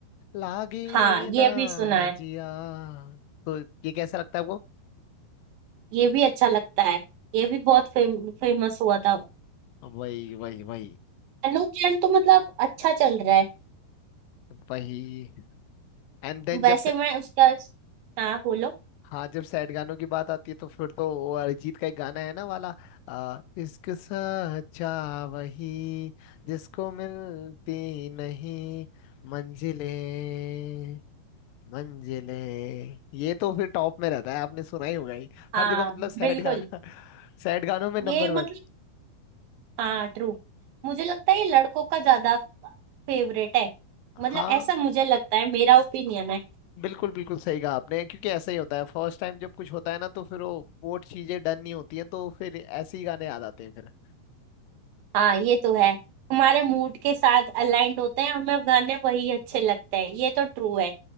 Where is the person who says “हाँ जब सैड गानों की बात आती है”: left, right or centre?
Left